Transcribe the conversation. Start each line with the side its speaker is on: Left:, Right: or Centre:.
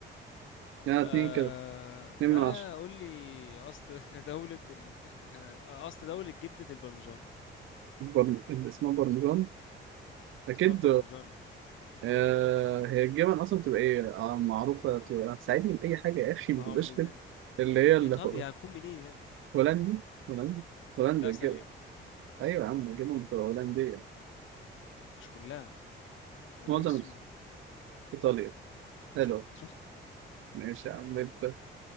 Right: لا
Left: آه
Right: اتنين كده اتنين
Left: ما
Right: من عشرة
Left: قول لي اصل <laughs> دولة ال... آه، اصل دولة جبنة البرمجان
Right: برن... اللي اسمها برمجان اكيد
Left: اسمها برمجان
Right: آه... هي الجبن اصلا بتبقى ايه آه معروفة بتبقى ساعدني بأي حاجة يا اخي ما
Left: بارميزان
Right: تبقاش كده اللي
Left: يا
Right: هي
Left: عم
Right: اللي
Left: ايطاليا
Right: هو-
Left: هكون منين يعني
Right: هولندي هولندي هولندا
Left: لا
Right: الجبن
Left: ثانية
Right: ايوه يا عم الجبن بتبقى هولندية
Left: مش كلها غير
Right: معظم
Left: من السويد
Right: ايطاليا حلو
Left: شفت شفت
Right: ماشي يا عم انت